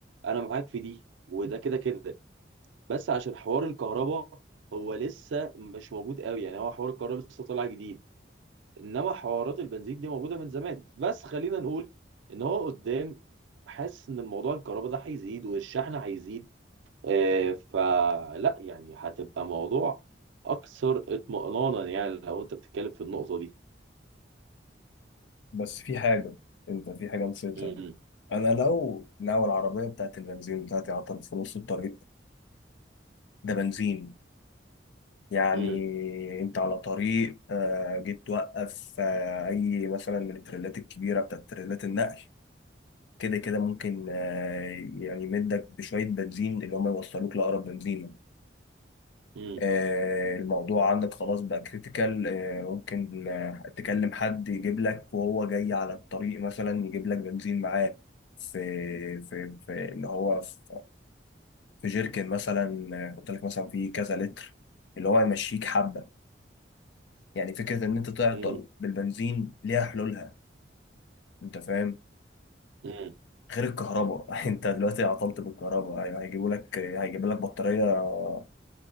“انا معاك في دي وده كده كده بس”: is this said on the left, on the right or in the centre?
Right